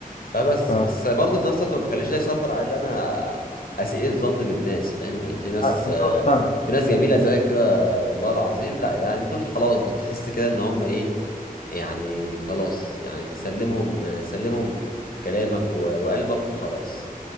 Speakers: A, on the left; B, on the left.
A: فبس
B: ف
A: بس برضه في نفس الوقت ما بخليش ده يسيطر على ان انا اسيء الظن بالناس فاهم يعني في ناس
B: آه، بالظبط
A: آه،
B: فاهمك
A: في ناس جميله زيك كده والله العظيم لا يعني دول خلاص بتحس كده ان هم ايه يعني خلاص يعني تسلمهم آه، سلمهم كلامك و- وقلبك وخلاص